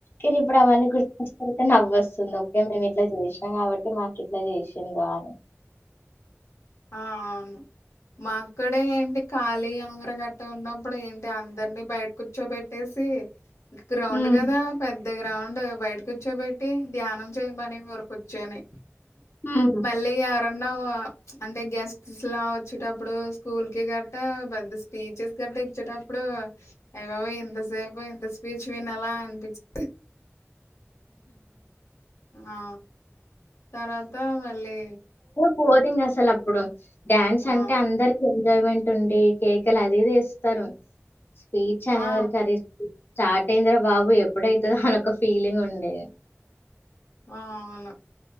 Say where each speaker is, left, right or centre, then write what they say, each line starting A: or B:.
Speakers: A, on the left; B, on the left.
A: ఇక ఇప్పుడు అవన్నీగుర్తొస్తుంటే నవ్వొస్ స్తుంది ఓకే మేము ఇట్ల చేసినాం కాబట్టి మాకు ఇట్ల చేసిండ్రా అని
B: ఆ అవును మాక్కూడా ఏంటి ఖాళీ ఉంగరగట్ట ఉన్నప్పుడు ఏంటి అందరినీ బయట కూర్చో పెట్టేసి ఇంకా గ్రౌండ్
A: ఉమ్,
B: కదా పెద్ద గ్రౌండ్ బయట కూర్చొబెట్టి ధ్యానం చేయమనే వారు కుర్చొని
A: ఉను
B: లే యరన్నా‌వా అంటే గెస్ట్స్ లా వచ్చేటప్పుడు స్కూల్ కి గట్ట పెద్ద స్పీచెస్ గట్ట ఇచ్చేటప్పుడు అయ్యాబాబొయ్ ఎంత సేపు ఇంత స్పీచ్ వినలా అనిపిస్తాది ఆ తర్వాత మళ్ళీ
A: పొటింగ్ అసలు అప్పుడు డ్యాన్స్
B: ఆ
A: అంటే అందరు ఎంజాయ్మెంట్ ఉండి కేకలు అది ఇదీ యేస్తారు స్పీచ్ అనే
B: ఆ
A: వరికే స్టార్ట్ అయిందిరా బాబు ఎప్పుడైతాదో అనే ఒక ఫీలింగ్ ఉండే
B: అవును